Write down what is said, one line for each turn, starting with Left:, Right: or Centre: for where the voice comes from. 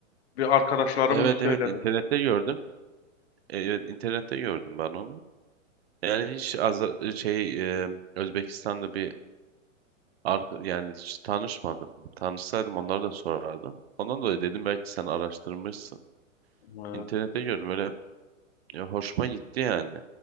Left: bir arkadaşların
Right: Evet
Left: mı söyledi?
Right: evet internette gördüm. E, Evet internette gördüm ben onu. Yani hiç Azer- şey e, Özbekistan'da bir arka- yani hiç tanışmadım. Tanışsaydım onlara da sorardım. Ondan dolayı dedim belki sen araştırmışsın.
Left: E,
Right: İnternette gördüm öyle Ya hoşuma gitti yani.